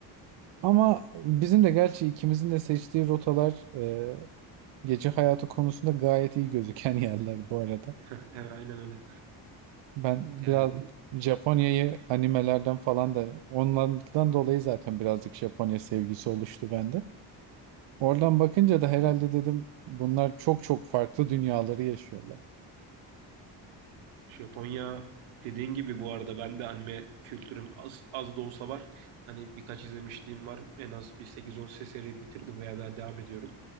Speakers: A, on the right; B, on the right.
A: Ama bizim de gerçi ikimizin de seçtiği rotalar e, gece hayatı konusunda gayet iyi gözüken <laughs> yerler bu arada.
B: Evet, aynen öyle.
A: Ben
B: Yani
A: biraz Japonya'yı animelerden falan da onlardan dolayı zaten birazcık Japonya sevgisi oluştu bende. Oradan bakınca da herhalde dedim bunlar çok çok farklı dünyaları yaşıyorlar.
B: Japonya dediğin gibi bu arada ben de anime kültürüm az, az da olsa var. Hani birkaç izlemişliğim var. En az bir sekiz on seri bitirdim veya daha devam ediyorum.